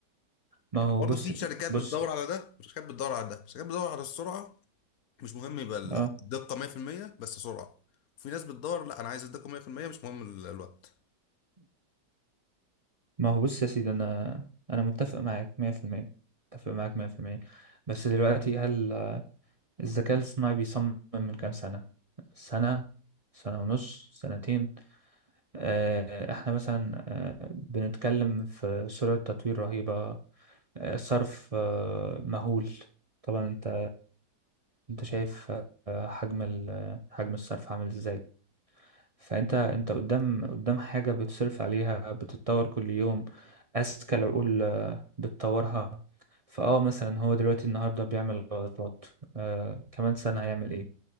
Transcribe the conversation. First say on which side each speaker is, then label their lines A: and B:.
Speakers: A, on the right; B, on the left.
A: ما هو
B: برضه
A: بص
B: في شركات
A: بص
B: بتدور على ده وشركات بتدور على ده شركات بتدور على السرعه مش مهم يبقى
A: أه
B: الدقه 100% بس سرعه وفي ناس بتدور لا انا عايز الدقه 100% مش مهم ال- الوقت
A: ما هو بص يا سيدي انا انا متفق معاك 100% متفق معاك 100% بس دلوقتي هل الذكاء الاصطناعي بيصمم من كام سنة سنة سنة ونص سنتين آه، احنا مثلا آه، بنتكلم في سرعة تطوير رهيبة آه، صرف آه، مهول طبعا انت انت شايف آه، حجم ال- حجم الصرف عامل ازاي فانت انت قدام قدام حاجة بتصرف عليها بتتطور كل يوم اذكى العقول آه، بتطورها فاه مثلا هو دلوقتي النهاردة بيعمل غلطات آه كمان سنة هيعمل ايه